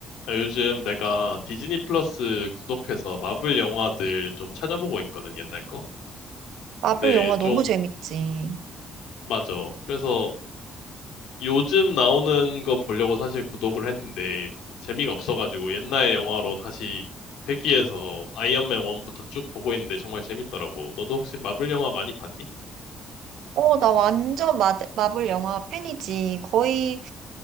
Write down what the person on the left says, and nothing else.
아, 요즘 내가 디즈니 플러스 구독해서 마블 영화들 좀 찾아보고 있거든, 옛날 거.
근데
좀,
맞아. 그래서 요즘 나오는 거 보려고 사실 구독을 했는데 재미가 없어가지고 옛날 영화로 다시 회귀해서 아이언맨 1부터 쭉 보고 있는데 정말 재밌더라고. 너도 혹시 마블 영화 많이 봤니?